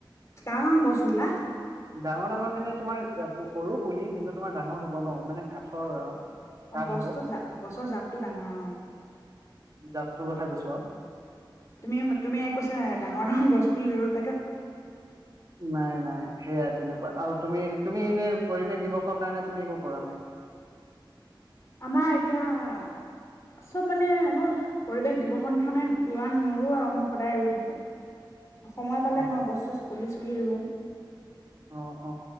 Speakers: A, on the left (about 35°); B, on the right (about 45°).
A: ডাঙৰ গছ ৰুলা?
B: ডাঙৰ ডাঙৰ মানে তোমাৰ সৰু পুলি কিন্তু তোমাৰ ডাঙৰ হ'ব ন মানে কাঠৰ আৰু। কাঠ
A: গছটো
B: হব অ
A: জা গছৰ জাতটো ডাঙৰ অ
B: জাতটোৰ কথা কৈছো আৰু।।
A: তুমি তুমি কৈছা ডাঙৰ ডাঙৰ গছ পুলি ৰুলো।
B: নাই নাই সেয়া তেনেকুৱা আৰু তুমি তুমি এনে? পৰিৱেশ দিৱসৰ কাৰণে তুমি একো কৰা নাই?
A: আমাৰ এতিয়া চব মানে মই পৰিৱেশ দিৱসৰ দিনা খনে নোৰো আৰু মই সদায় ৰুই থাকো। সময় পালে
B: অ
A: মই গছ ছচ পুলিছো পুলি ৰুউ
B: অ অ